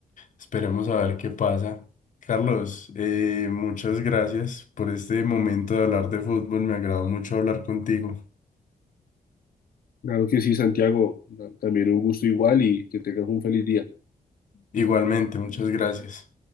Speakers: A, on the left (about 55°); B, on the left (about 75°).
A: Esperemos a ver qué pasa. Carlos, eh, muchas gracias por este momento de hablar de fútbol. Me agradó mucho hablar contigo.
B: Claro que sí, Santiago, na- también un gusto igual y que tengas un feliz día.
A: Igualmente, muchas gracias.